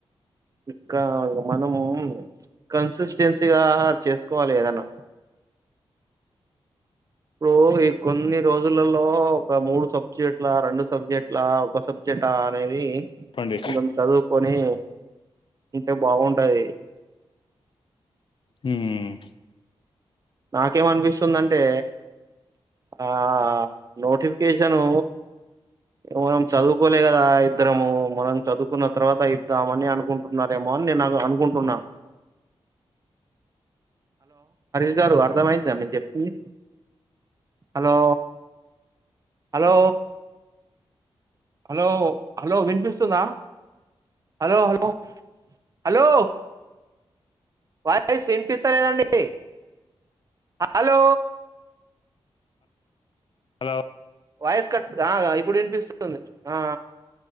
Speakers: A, on the right (about 35°); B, on the left (about 55°).
A: ఇకా మనం కన్సిస్టెన్సీగా చేసుకోవాలి ఏదన్నా ఇప్పుడు ఈ కొన్ని రోజులలో ఒక మూడు సబ్జెక్టుల, రెండు సబ్జెక్టులా, ఒక సబ్జెక్టా అనేది.
B: చెప్పండి
A: దన్ చదువుకొని అంటే బాగుంటది
B: హ్మ్ హ్
A: నాకేమనిపిస్తుందింటే ఆ నోటిఫికేషను మనం చదువుకోలే కదా, ఇద్దరము మనం చదువుకున్న తర్వాత ఇద్దామని అనుకుంటున్నారేమో అని, నేను అనుకుంటున్నా. హరీష్ గారు అర్ధం అయ్యిందా నేను చెప్పింది, హలో హలో హలో హలో వినిపిస్తుందా హలో హలో హలో వాయిస్ వినిపిస్త లేదండి. అలో
B: హలో
A: వాయస్ కట్గా ఆ ఇప్పుడు వినిపిస్తుంద్ ది ఆ